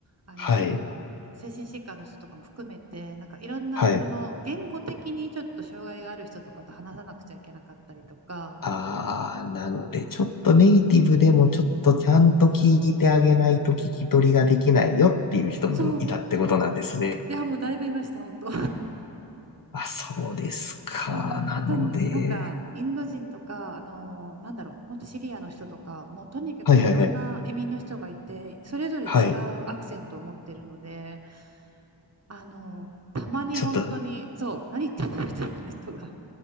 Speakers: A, on the right; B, on the left.
A: あの、
B: はい、
A: 精神疾患の人とかも含めて、なんかいろんな、
B: はい。
A: その、言語的にちょっと障害がある人とかと話さなくちゃいけなかったりとか、
B: あー、なので、ちょっとネイティブでもちょっとちゃんと聞いてあげないと聞き取りができないよっていう人もいたってことなんですね。
A: そう。いや、もうだいぶいました、本当。
B: あ、そうですか。
A: そう、
B: なので、
A: あと、なんか、インド人とか、あの、なんだろう、本当シリアの人とか、もうとにかくいろんな移民の人がいて、
B: はいはいはい。
A: それぞれ違うアクセントを持ってるので、
B: はい。
A: あの、たまに本当に、
B: ちょっと、
A: そう、何言ってんのみたいな人が。